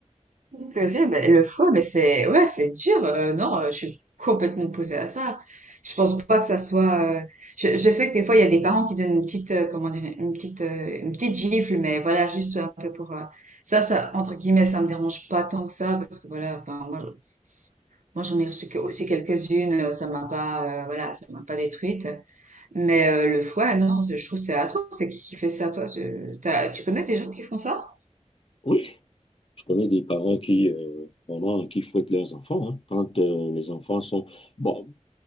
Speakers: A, on the right; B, on the left.
A: Purée, mais le foie, mais c'est ouais, c'est dur. euh, non, euh, je suis complètement opposée à ça. Je pense pas que ça soit. euh, je, je sais que des fois il y a des parents qui donnent une petite, euh, comment dire, une petite, euh, une petite gifle, mais voilà, juste un peu pour euh, ça, ça entre guillemets, ça me dérange pas tant que ça parce que voilà, enfin moi, je- moi j'en ai reçu que- aussi quelques-unes, euh, ça m'a pas, euh, voilà, ça m'a pas détruite. Mais euh, le foie, non, je trouve que c'est atroce. C'est qui qui fait ça, toi? Tu t'as- tu connais des gens qui font ça?
B: Oui, je connais des parents qui, euh, vraiment, qui fouettent leurs enfants hein, quand euh, les enfants sont, bon,